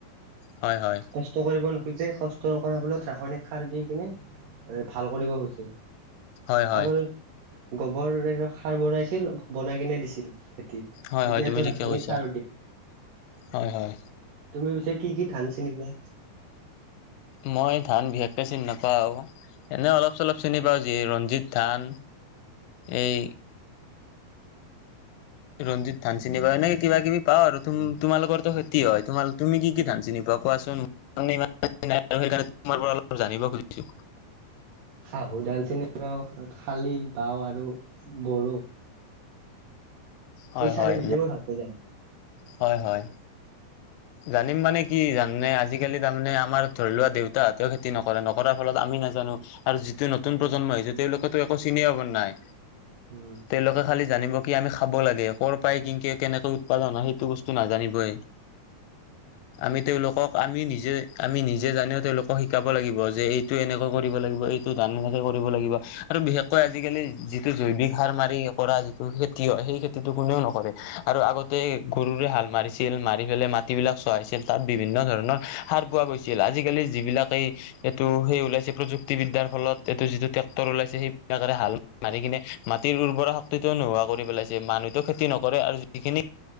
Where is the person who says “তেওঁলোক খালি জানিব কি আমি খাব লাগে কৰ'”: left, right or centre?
Left